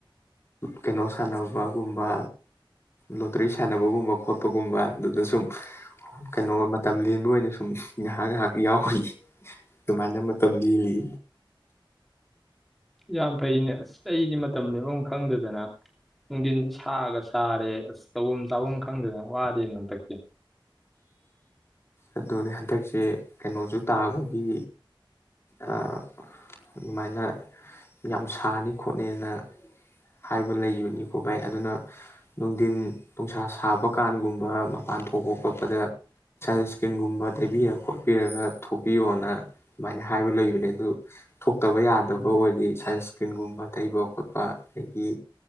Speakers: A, on the left; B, in the centre.
A: ꯀꯩꯅꯣ ꯁꯥꯟꯅꯕꯒꯨꯝꯕ ꯂꯣꯇ꯭ꯔꯤ ꯁꯥꯟꯅꯕꯒꯨꯝꯕ ꯈꯣꯠꯄꯒꯨꯝꯕ ꯑꯗꯨꯗ ꯁꯨꯝ ꯀꯅꯣ ꯃꯇꯝ ꯂꯦꯟꯕ ꯑꯣꯏꯅ ꯁꯨꯝ ꯉꯥꯏꯍꯥꯛ-ꯉꯥꯏꯍꯥꯛ ꯌꯥꯎꯔꯤꯌꯦ ꯑꯗꯨꯃꯥꯏꯅ ꯃꯇꯝ ꯂꯦꯜꯂꯤ
B: ꯌꯥꯝ ꯐꯩꯅꯦ ꯑꯁ ꯑꯩꯗꯤ ꯃꯇꯝ ꯂꯦꯟꯕꯝ ꯈꯪꯗꯗꯅ ꯅꯨꯡꯗꯤꯟ ꯁꯥꯒꯥ ꯁꯥ ꯁꯥꯔꯦ ꯑꯁ ꯇꯩꯕꯝ ꯆꯥꯕꯝ ꯈꯪꯗꯗꯅ ꯋꯥꯔꯦ ꯍꯟꯗꯛꯇꯤ
A: ꯑꯗꯨꯅꯤ ꯍꯟꯗꯛꯁꯦ ꯀꯩꯅꯣꯖꯨ ꯇꯥꯕꯒꯤ ꯑꯥ ꯑꯗꯨꯃꯥꯏꯅ ꯌꯥꯝ ꯁꯥꯅꯤ ꯈꯣꯠꯅꯦꯅ ꯍꯥꯏꯕ ꯂꯩꯕꯅꯤꯀꯣ ꯚꯥꯏ ꯑꯗꯨꯅ ꯅꯨꯡꯗꯤꯟ ꯅꯨꯡꯁꯥ ꯁꯥꯕ ꯀꯥꯟꯒꯨꯝꯕ ꯃꯄꯥꯟ ꯊꯣꯛꯄ ꯈꯣꯠꯄꯗ ꯏꯁꯀꯤꯟꯒꯨꯝꯕ ꯇꯩꯕꯤꯔ ꯈꯣꯠꯄꯤꯔꯒ ꯊꯣꯛꯄꯤꯌꯣꯅ ꯑꯗꯨꯃꯥꯏꯅ ꯍꯥꯏꯕ ꯂꯩꯕꯅꯦ ꯑꯗꯨ ꯊꯣꯛꯇꯕ ꯌꯥꯗꯕ ꯑꯣꯏꯔꯗꯤ ꯁꯟ ꯏꯁꯀ꯭ꯔꯤꯟꯒꯨꯝꯕ ꯇꯩꯕ ꯈꯣꯠꯄ ꯑꯗꯒꯤ